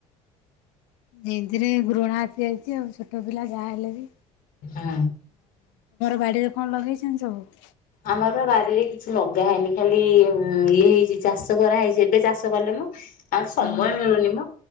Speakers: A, on the left; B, on the left.
A: ଯେତିରେ ଘୃଣା ଆସିଯାଇଚି ଆଉ ଛୋଟ ପିଲା ଯାହା ହେଲେ ବି।
B: ହଁ।
A: ବାଡ଼ିରେ କଣ ଲଗେଇଛନ୍ତି ସବୁ?
B: ଆମର ବାରିରେ କିଛି ଲଗା ହେଇନି ଖାଲି ଇଏ ହେଇଚି ଚାଷ କରାହେଇଚି ଏବେ ଚାଷ କଲେ ମ ଆଉ ସମୟ
A: ହୁଁ।
B: ମିଳୁନି ମ।